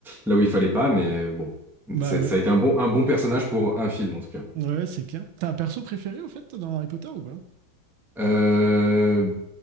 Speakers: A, in the centre; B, on the right (about 80°).
A: là où il fallait pas. Mais euh, bon,
B: Bah
A: c'est-
B: ouais,
A: ça a été un bon, un bon personnage pour un film, en tout cas.
B: ouais, c'est clair. T'as un perso préféré, au fait, dans Harry Potter ou pas?
A: Euh,